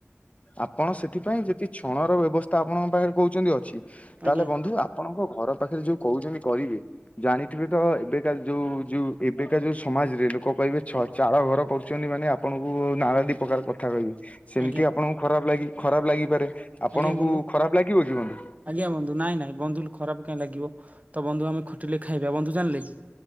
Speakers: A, on the left (about 30°); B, on the right (about 30°).
A: ଆପଣ ସେ ସେଥିପାଇ ଯଦି ଛଣ ର ବ୍ୟବସ୍ଥ ଆପଣଙ୍କ ପାଖରେ କହୁଚନ୍ତି ଅଛି ତାହାହେଲେ
B: ଆଜ୍ଞା ଆଜ୍ଞା
A: ବନ୍ଧୁ ଆ ଆପଣଙ୍କ ଘର ପାଖରେ ଯୋଉ କହୁଚନ୍ତି କରିବେ ଜାଣିଥିବେ ତ ଏବେକା ଯୋଉ ଯୋଉ ଏବେକା ଯୋଉ ସମାଜରେ ଲୋକ କହିବେ ଛ ଚଳ ଘର କରୁଚନ୍ତି ମାନେ ଆପଣଙ୍କୁ ନାଳ ଦି ପ୍ରକାର କଥା କହିବେ। ସେମିତି
B: ଆଜ୍ଞା
A: ଆପଣଙ୍କୁ ଖରାପ ଲାଗି ଖରାପ ଲାଗିପାରେ। ଆପଣଙ୍କୁ
B: ଆଜ୍ଞା ବନ୍ଧୁ
A: ଖରାପ ଲାଗିବ କି ବନ୍ଧୁ?
B: ଆଜ୍ଞା ବନ୍ଧୁ ନାଇଁ ନାଇଁ ବନ୍ଧୁ ଖରାପ କାଇଁ ଲାଗିବ। ତ ବନ୍ଧୁ ଆମେ ଖଟେ ଖାଇବା। ବନ୍ଧୁ ଜାଣିଲେ କି